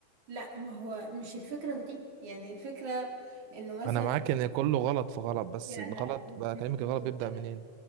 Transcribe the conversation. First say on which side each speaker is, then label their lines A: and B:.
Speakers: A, on the right; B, on the right.
A: لا ما هو مش الفكرة في دي يعني الفكرة انه مثلا
B: انا معاك ان كله غلط في غلط بس
A: يعني
B: الغلط
A: لا لا مش
B: بقى
A: مش
B: كلامك
A: في
B: الغلط
A: النقطة
B: بيبدأ منين